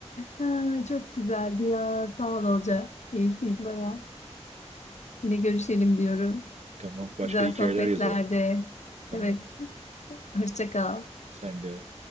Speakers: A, on the left; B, on the right.
A: Ha, çok güzeldi ya. Sağ ol Olca. Keyifliydi bayağı. Yine görüşelim diyorum.
B: Tamam. Başka
A: Güzel
B: hikayeler
A: sohbetlerde.
B: yazalım. Tamam.
A: Evet, hoşça kal.
B: Sen de